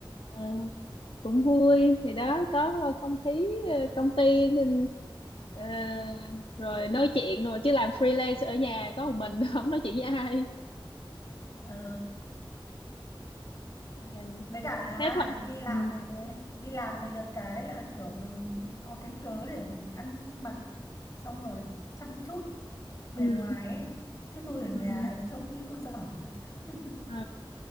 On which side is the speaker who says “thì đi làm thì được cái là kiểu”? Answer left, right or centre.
Left